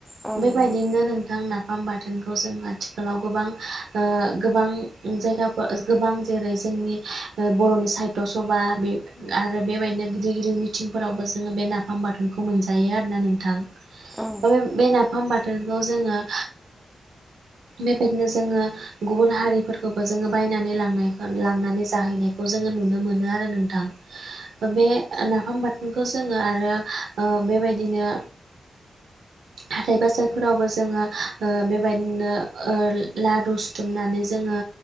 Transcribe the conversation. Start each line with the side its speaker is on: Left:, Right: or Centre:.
Centre: औ
Right: बेबायदिनो
Centre: नंगौ
Right: नोंथां नाफाम बाथौ जों आथिखालाव गोबां गोबां जायगाफोर गोबां जेरै जोंनि बर'नि साहित्य सभा बे आरो बेबायदिनो गिदिर गिदिर मिथिंफोरावबो जोङो बे नाफाम बाथोनखौ मोनजायो आरोना नोंथां।
Centre: औ
Right: ओ बे नाफाम बाथोनखौ जोङो बेबायदिनो जोङो गुबुन हारिफोरखौबो जोङो बायनानै लांनायखौ लांनानै जाहैनायखौ जोङो नुनो मोनो आरो नोंथां। बे नाफाम बाथोनखौ जोङो आरो बेबायदिनो हाथाय बाजारफोरावबो जोङो बेबायदिनो लारु सुथुमनानै जोङो